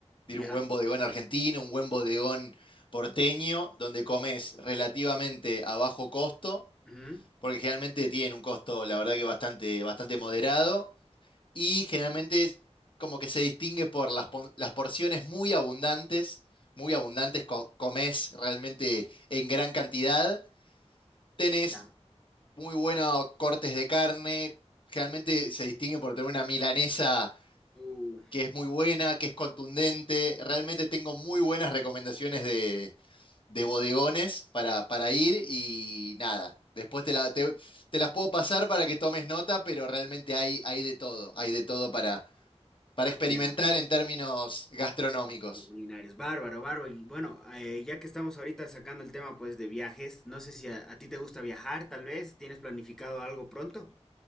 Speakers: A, on the left; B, in the centre.
A: de
B: Ya.
A: ir a un buen bodegón argentino, un buen bodegón porteño, donde comes relativamente a bajo costo,
B: Ujú.
A: porque generalmente tienen un costo, la verdad que bastante, bastante moderado y generalmente es como que se distingue por las, po- las porciones muy abundantes, muy abundantes, co- comés realmente en gran cantidad, tenés
B: Ya.
A: muy buenos cortes de carne, generalmente se distingue por tener una milanesa
B: Uh,
A: que es muy buena, que es contundente, realmente tengo muy buenas recomendaciones de, de bodegones para, para ir y nada. Después te, la- te- te las puedo pasar para que tomes nota, pero realmente hay, hay de todo, hay de todo para
B: ah,
A: experimentar
B: ya.
A: en términos gastronómicos.
B: Los culinarios, bárbaro, bárbaro. Y bueno, eh, ya que estamos ahorita sacando el tema pues de viajes, no sé si a, a ti te gusta viajar, tal vez, tienes planificado algo pronto,